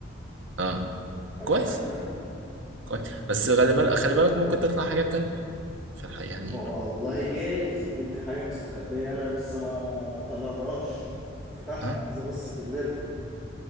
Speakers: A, on the right; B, in the centre.
A: اه
B: عرفتها
A: كويس
B: كلها
A: كويس بس خلي بالك خلي بالك ممكن تطلع حاجات تانية في الحقيقة يعني
B: والله جايز يكون في حاجة مستخبية أنا لسه ما ما طلعتهاش في في تحت
A: اه
B: عايزة بس تتغرف